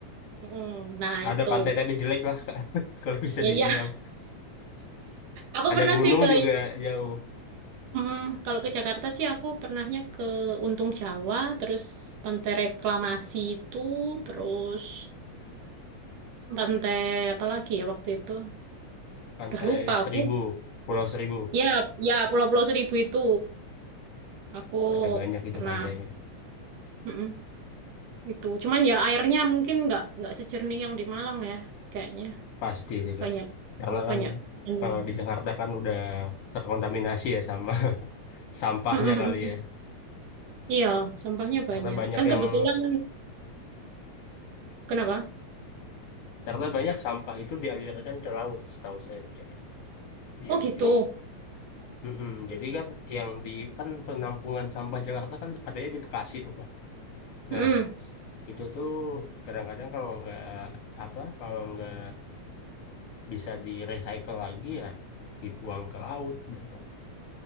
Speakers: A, on the right; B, on the left.
A: Mm, nah
B: Ada
A: itu.
B: pantai tapi jelek lah, Kak. <laughs> Kalau bisa
A: Ya
B: dibilang.
A: ya, aku
B: Ada
A: pernah
B: gunung
A: sih ke
B: juga jauh.
A: Mm, kalau ke Jakarta sih aku pernahnya ke Untung Jawa, terus Pantai Reklamasi itu, terus pantai apa lagi ya waktu itu?
B: Pantai
A: Udah lupa
B: Seribu,
A: aku.
B: Pulau Seribu.
A: Ya, ya Pulau-Pulau Seribu itu. Aku
B: Ada banyak itu
A: pernah
B: pantainya.
A: mm-mm, itu. Cuman ya airnya mungkin nggak nggak sejernih yang di Malang ya, kayaknya
B: Pasti juga.
A: banyak
B: Karena kan
A: banyak. Mm.
B: kalau di Jakarta kan udah terkontaminasi ya sama <laughs> sampahnya
A: Mm-mm-mm.
B: kali ya.
A: Iya, sampahnya banyak.
B: Karena banyak
A: Kan
B: yang
A: kebetulan kenapa?
B: karena banyak sampah itu dialirkan ke laut, setahu saya. Kak. Yang
A: Oh gitu.
B: di Mm-mm. Jadi kan yang di kan penampungan sampah Jakarta kan adanya di Bekasi tuh kan.
A: Mm-mm.
B: Nah, itu tuh kadang-kadang kalau nggak apa kalau nggak bisa di recycle lagi ya dibuang ke laut bahkan